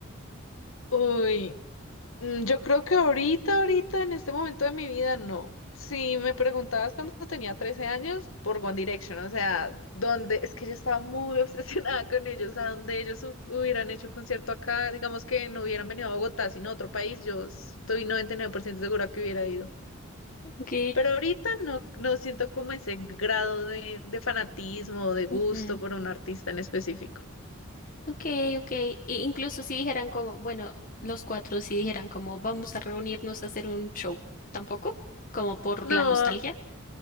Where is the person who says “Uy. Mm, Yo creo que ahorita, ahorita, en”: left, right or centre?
Left